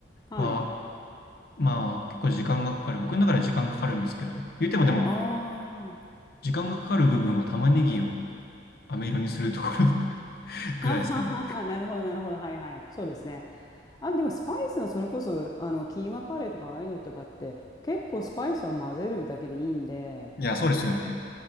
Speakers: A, on the left; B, on the left.
A: はい。
B: はまあ、結構時間がかかる。僕の中では時間かかるんですけど、言うてもでも、
A: ああ、は
B: 時間がかかる部分は玉ねぎを飴色にするところ <laughs> ぐらいですかね。
A: ははは、なるほどなるほど。はいはい。そうですね。あ、でもスパイスのそれこそ、あの、キーマカレーとかああいうのとかって、結構スパイスは混ぜるだけでいいんで、
B: いや、そうですよね。